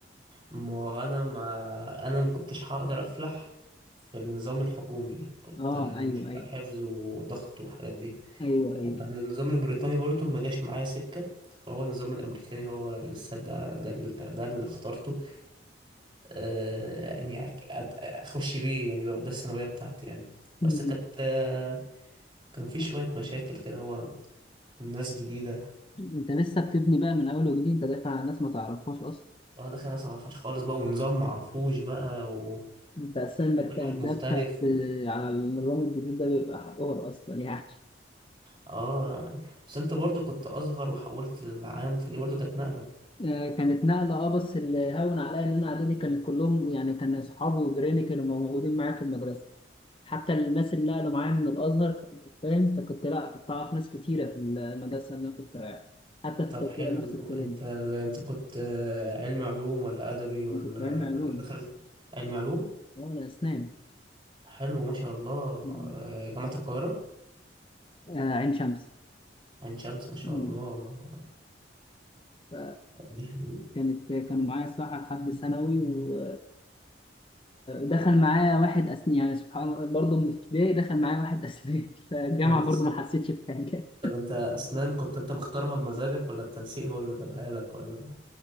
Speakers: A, on the right; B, on the left.
A: ما انا ما انا ما كنتش هقدر افلح في النظام الحكومي كنت
B: اه
A: آه،
B: ايوه
A: مش بتاع
B: ايوه
A: حفظ وضغط والحاجات دي
B: ايوه ايوه
A: وكان النظام البريطاني برضو ما جاش معايا سكة فهو النظام الامريكاني هو لسه ده ده, ال- ده اللي اخترته آه يعني أك- أت- اخش بيه يعني يبقى ده الثانوية بتاعتي يعني
B: مم.
A: بس كانت آه، كان في شوية مشاكل كده هو ناس جديدة
B: انت لسه بتبني بقى من اول وجديد انت داخل على ناس ما تعرفهاش اصلا
A: اه دخل ناس معرفهاش خالص بقى ونظام معرفوش بقى و...
B: بس انك
A: ومنهج
B: تأدبت
A: مختلف
B: في- على النظام الجديد ده بيبقى حوار اصلا يعني
A: اه بس انت برضو كنت ازهر وحولت العام فدي برضو كانت نقلة
B: آه، كانت نقلة اه بس اللي هون عليا ان انا اعدادي كانت كلهم يعني كان اصحابي وجيراني كانوا موجودين معايا في المدرسة حتى الناس اللي نقلوا معايا من الازهر كانوا فاهم فكنت لا كنت اعرف ناس كتيرة في المدرسة اللي انا كنت رايحها حتى في
A: طب
B: التربية
A: حلو
B: نفس الكلام
A: انت انت كنت آه، علم علوم ولا ادبي ولا
B: انا كنت علمي علوم
A: دخلت علم علوم
B: اه انا اسنان
A: حلو ما شاء الله
B: مم.
A: آه، جامعة القاهرة
B: آه عين شمس
A: عين شمس ما شاء
B: مم.
A: الله والله
B: ف-
A: يعني
B: كانت كانوا معايا الصراحة لحد ثانوي و دخل معايا واحد أسنان يعني سبحان الله برضه من ابتدائي دخل معايا واحد أسنان <laughs> فالجامعة
A: طب انت
B: برضه ما حسيتش بحاجة
A: طب انت اسنان كنت انت مختارها بمزاجك ولا التنسيق هو اللي جابها لك ولا